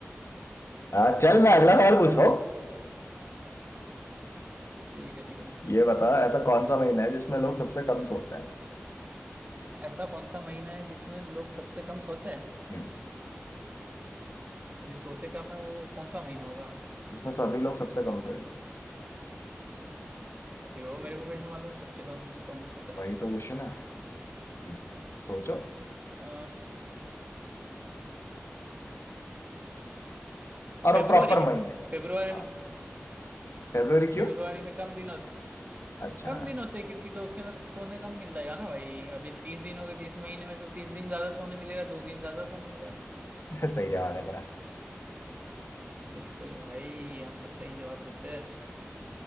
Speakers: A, on the left (about 70°); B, on the right (about 35°).
A: हाँ चल मैं अगला सवाल पूछता हूँ
B: ठीक है ठीक है
A: ये बताओ ऐसा कौन सा महीना है जिसमें लोग सबसे कम सोते हैं
B: ऐसा कौन सा महीना है जिसमें लोग सबसे कम सोते हैं
A: हम्म।
B: अभी सोते कम है वो कौन सा महीना होगा
A: जिसमें सभी लोग सबसे कम सोएंगे
B: अभी वो मेरे को कैसे मालूम सबसे कम कौन सोता है
A: वही तो क्वेश्चन है हम्म। सोचो
B: अ,
A: और
B: फेब्रुआरी
A: वो प्रॉपर
B: क्या
A: महीने
B: फेब्रुआरी
A: हाँ
B: में
A: फरवरी क्यों
B: फेब्रुआरी में कम दिन होते
A: अच्छा
B: कम दिन होते हैं क्योंकि तो उसके अंदर सोने कम मिल जाएगा ना भाई अभी तीस दिन हो गए जिस महीने में तो तीस दिन ज्यादा सोने मिलेगा दो दिन ज्यादा सोने मिलेगा
A: <laughs> सही जवाब है तेरा
B: बिल्कुल भाई हम तो सही जवाब देते हैं